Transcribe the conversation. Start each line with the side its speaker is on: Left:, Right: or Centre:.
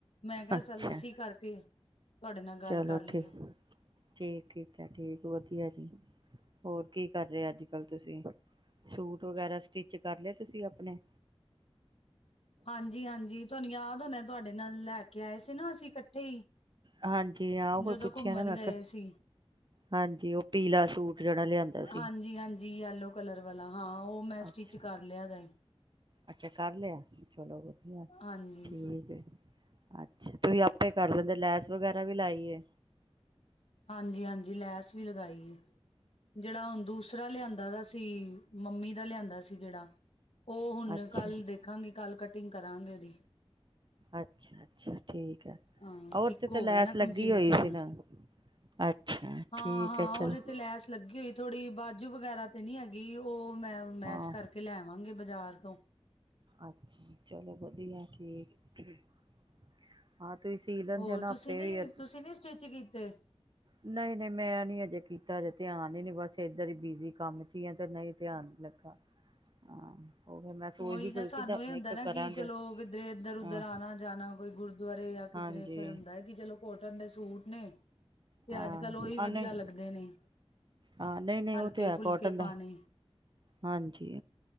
Left: ਮੈਂ ਕਿਹਾ
Right: ਅੱਛਾ
Left: ਅੱਸੀ ਕਰਕੇ ਤੁਹਾਡੇ ਨਾਲ ਗੱਲ
Right: ਚਲੋ
Left: ਕਰ ਲਈਏ
Right: ਠੀਕ ਠੀਕ ਕੀਤਾ, ਠੀਕ ਵਧੀਆ ਜੀ ਹੋਰ ਕੀ ਕਰ ਰਹੇ ਅੱਜ ਕੱਲ ਤੁਸੀਂ? ਸੂਟ ਵਗੈਰਾ ਸਟਿਚ ਕਰ ਲਏ ਤੁਸੀਂ ਆਪਣੇ?
Left: ਹਾਂਜੀ -ਹਾਂਜੀ ਤੁਹਾਨੂੰ ਯਾਦ ਹੋਣਾ ਤੁਹਾਡੇ ਨਾਲ ਲੈ ਕੇ ਆਏ ਸੀ ਨਾ ਅਸੀਂ। ਇਕੱਠੇ
Right: ਹਾਂਜੀ ਹਾਂ ਉਹੀ
Left: ਜਦੋਂ
Right: ਪੁੱਛਿਆ
Left: ਘੁੰਮਣ
Right: ਨਾ ਮੈਂ
Left: ਗਏ
Right: ਕਿਹਾ।
Left: ਸੀ।
Right: ਹਾਂਜੀ ਉਹ ਪੀਲਾ ਸੂਟ ਜਿਹੜਾ ਲਿਆਂਦਾ
Left: ਹਾਂਜੀ
Right: ਸੀ
Left: -ਹਾਂਜੀ, ਯੇਲੋ ਕਲਰ ਵਾਲਾ। ਹਾਂ ਉਹ ਮੈਂ
Right: ਅੱਛਾ
Left: ਸਟਿਚ ਕਰ ਲਿਆ ਹੈਗਾ ਏ।
Right: ਅੱਛਾ! ਕਰ ਲਿਆ, ਚਲੋ।
Left: ਹਾਂਜੀ
Right: ਠੀਕ ਐ <unintelligible> ਤੁਸੀਂ ਆਪੇ ਕਰ ਲਿੰਦੇ ਲੈਸ ਵਗੈਰਾ ਵੀ ਲਾਈ ਹੈ
Left: ਹਾਂਜੀ ਹਾਂਜੀ ਲੈਸ ਵੀ ਲਗਾਈ ਐ, ਜਿਹੜਾ ਹੁਣ ਦੂਸਰਾ ਲਿਆਂਦਾ ਦਾ ਸੀ ਮੰਮੀ ਦਾ ਲਿਆਂਦਾ ਸੀ ਜਿਹੜਾ ਔ ਹੁਣ
Right: ਅੱਛਾ,
Left: ਕੱਲ ਦੇਖਾਂਗੀ ਕੱਲ ਕਟਿੰਗ ਕਰਾਂਗੇ ਦੀ
Right: ਅੱਛਾ ਅੱਛਾ ਠੀਕ ਹੈ
Left: ਹਾਂ
Right: ਔਰ
Left: ਇੱਕ
Right: ਤੇ ਤਾਂ
Left: ਹੋ
Right: ਲੈਸ
Left: ਗਿਆ ਨਾ ਕੰਪਲੀਟ
Right: ਲੱਗੀ ਹੋਈ
Left: ਹੁਣ
Right: ਸੀ ਨਾ। ਅੱਛਾ
Left: ਹਾਂ
Right: ਠੀਕ
Left: ਹਾਂ
Right: ਐ
Left: ਉਹਦੇ
Right: ਚਲੋ।
Left: ਤੇ ਲੈਸ ਲੱਗੀ ਹੋਈ ਥੋੜ੍ਹੀ ਬਾਜੂ ਵਗੈਰਾ ਤੇ ਨੀ ਹੈਗੀ ਉਹ ਮੈਂ ਮੈਚ
Right: ਹਾਂ
Left: ਕਰਕੇ ਲੈ ਆਂਵਾਂਗੀ ਬਾਜ਼ਾਰ <inaudible>
Right: ਅੱਛਾ ਚਲੋ ਵਧੀਆ ਠੀਕ ਤੁਸੀਂ ਸੀ ਲੈਂਦੇ
Left: ਹੋਰ
Right: ਆ ਨਾ ਆਪੇ
Left: ਤੁਸੀਂ ਨੀ
Right: ਏ ਵੀ ਅੱਛਾ,
Left: ਤੁਸੀਂ ਨੀ ਸਟਿਚ ਕੀਤੇ
Right: ਨਹੀਂ ਨਹੀਂ ਮੈਂ ਨੀ ਅਜੇ ਕੀਤਾ ਅਜੇ ਧਿਆਨ ਹੀ ਨੀ ਬਸ ਜਾਰੀ ਬਿਜੀ ਕੰਮ ਚ ਹੀ ਹੈ, ਤੇ ਨਹੀਂ ਧਿਆਨ ਲੱਗਾ, ਹਾਂ ਉਹ ਫਿਰ ਮੈਂ ਸੋਚਦੀ
Left: ਔਹੀ
Right: ਪਈ
Left: ਨਾ ਸਾਨੂੰ
Right: ਸੀ
Left: ਇਹ ਹੁੰਦਾ
Right: ਇੱਕ
Left: ਨਾ
Right: ਕਰਾਂਗੇ
Left: ਕਿ ਚਲੋ ਕਿੱਧਰੇ ਇੱਧਰ ਉਧਰ
Right: ਹਾਂ।
Left: ਆਉਣਾ ਜਾਣਾ ਕੋਈ ਗੁਰਦੁਆਰੇ ਜਾਂ ਕਿੱਧਰੇ
Right: ਹਾਂਜੀ
Left: ਫਿਰ ਹੁੰਦਾ ਹੈ ਕਿ ਚਲੋ ਕੋਟਨ ਦੇ ਸੂਟ ਨੇ, ਤੇ
Right: ਹਾਂ
Left: ਅੱਜ ਕੱਲ੍ਹ ਉਹੀ ਵਧੀਆ
Right: ਆ ਨਹੀਂ
Left: ਲੱਗਦੇ ਨੇ
Right: ਹਾਂ ਨਹੀਂ ਨਹੀਂ
Left: ਹਲਕੇ
Right: ਉਹ ਤੇ ਹੈ
Left: ਫੁਲਕੇ
Right: ਕੋਟਨ ਦਾ
Left: ਪਾਣੇ।
Right: ਹਾਂਜੀ